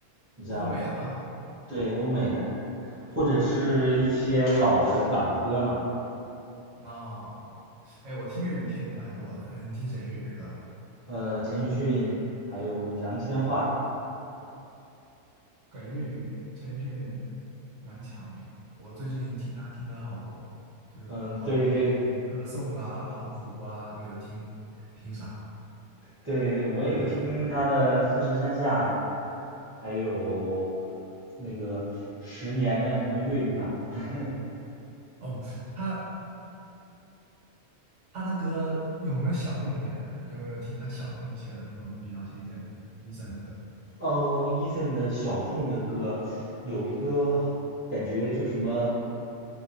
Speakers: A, on the right; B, on the right.
A: 你知道吗？
B: 欧美的吗？
A: 对，欧美的，或者是一些老的港歌嘛，
B: 那、哎，我听粤语听的蛮多的。嗯，听谁粤语歌？
A: 呃，陈奕迅，还有杨千嬅，
B: 感觉粤语陈奕迅蛮强的。我最近听他听的好多，就是好几首，
A: 嗯，对对
B: 什么歌颂啊，然后苦瓜有听，听啥了？
A: 对对，我也有听他的《富士山下》，
B: 很牛。
A: 还有那个十年的什么粤语版。<laughs>
B: 哦，他他的歌有没有小众一点的？你有没有听他小众一些的那种比较推荐的？医生的歌
A: 哦，Eason 的小众的歌，有一个感觉就什么，